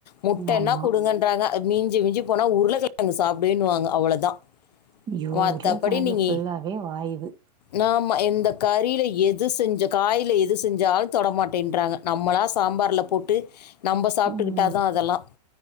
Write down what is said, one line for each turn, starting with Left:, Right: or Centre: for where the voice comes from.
Left: முட்டன
Right: ஆமா
Left: குடுங்கன்றாங்க மிஞ்ச மிஞ்சி போனா உருளக்கிழங்கு சாப்பிடுவேன்னுவாங்க அவ்வளோதா
Right: ஐயோ
Left: மத்தப்படி
Right: உருளக்கெழங்கு
Left: நீங்க
Right: ஃபுல்லாவே வாய்வு
Left: ந இந்த கறில எது செஞ்ச காய்ல எது செஞ்சாலு தொட மாட்டேன்றாங்க நம்மளா சாம்பார்ல போட்டு நம்ம சாப்டுக்குட்டா
Right: ம்
Left: தான் அதெல்லா